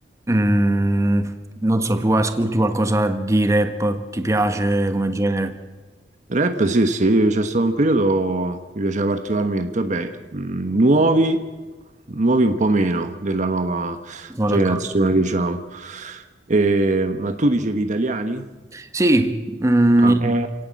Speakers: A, on the right; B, on the right.
A: Mm, non so, tu ascolti qualcosa di rap, ti piace come genere?
B: Rap, sì, sì, c'è stato un periodo che mi piaceva particolarmente. Vabbè, mh, nuovi, nuovi un po' meno della nuova
A: Sono
B: generazione,
A: d'accordo.
B: diciamo. E- ma tu dicevi italiani?
A: Sì, mm,
B: Ah,
A: mi-